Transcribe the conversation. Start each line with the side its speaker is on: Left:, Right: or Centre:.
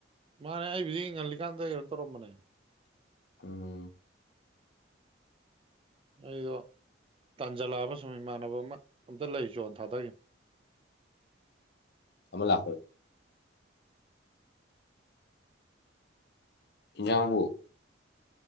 Right: ꯃꯥꯅꯦ ꯑꯩꯕꯨꯗꯤ ꯌꯦꯡꯍꯜꯂꯤꯀꯥꯟꯗ ꯀꯩꯅꯣ ꯇꯧꯔꯝꯕꯅꯦ
Left: ꯎꯝ
Right: ꯑꯩꯗꯣ ꯇꯥꯟꯖꯜꯂꯛꯕ ꯁ ꯏꯃꯥꯟꯅꯕ ꯑꯃ ꯑꯝꯇ ꯂꯩ ꯆꯣꯟ ꯊꯥꯗꯒꯦ
Left: ꯑꯜ ꯏꯕꯣ